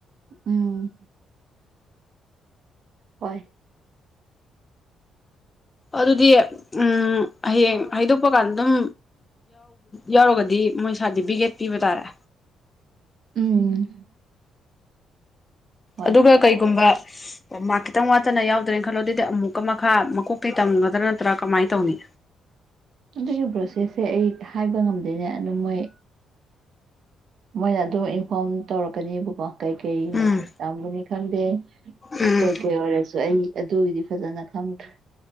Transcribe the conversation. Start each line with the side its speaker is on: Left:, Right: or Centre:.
Right: ꯎꯝ ꯍꯣꯏ
Left: ꯑꯗꯨꯗꯤ ꯎ ꯍꯌꯦꯡ ꯍꯥꯏꯩꯗꯣꯛꯄ ꯀꯥꯟꯗ ꯑꯗꯨꯝ ꯌꯥꯎꯔꯒꯗꯤ ꯃꯣꯏ ꯁꯥꯔꯇꯤꯐꯤꯀꯦꯠ ꯄꯤꯕ ꯇꯥꯔꯦ
Right: ꯎꯝ ꯍꯣꯏ
Left: ꯑꯗꯨꯒ ꯀꯩꯒꯨꯝꯕ ꯃꯥ ꯈꯤꯇꯪ ꯋꯥꯠꯇꯅ ꯌꯥꯎꯗ꯭ꯔꯦꯅ ꯈꯜꯂꯣ ꯑꯗꯨꯗꯤ ꯑꯃꯨꯛꯀ ꯃꯈꯥ ꯃꯀꯣꯛꯄꯤ ꯇꯝꯒꯗ꯭ꯔꯥ ꯅꯠꯇ꯭ꯔꯥ ꯀꯃꯥꯏꯅ ꯇꯧꯅꯤ
Right: ꯑꯗꯨꯒꯤ ꯄ꯭ꯔꯣꯁꯦꯁꯁꯦ ꯑꯩ ꯍꯥꯏꯕ ꯉꯝꯗꯣꯏꯅꯦ ꯑꯗꯨꯝ ꯃꯣꯏ ꯃꯣꯏꯅ ꯑꯗꯨꯝ ꯏꯟꯐꯣꯔꯝ ꯇꯧꯔꯛꯀꯅꯦꯕꯀꯣ ꯀꯩ ꯀꯩ
Left: ꯎꯝ
Right: ꯌꯥꯝꯒꯅꯤ ꯈꯪꯗꯦ
Left: ꯎꯝ
Right: ꯀꯩ ꯀꯩ ꯋꯥꯔꯁꯨ ꯑꯩ ꯑꯗꯨꯒꯤꯗꯤ ꯐꯖꯅ ꯈꯪꯗ꯭ꯔꯦ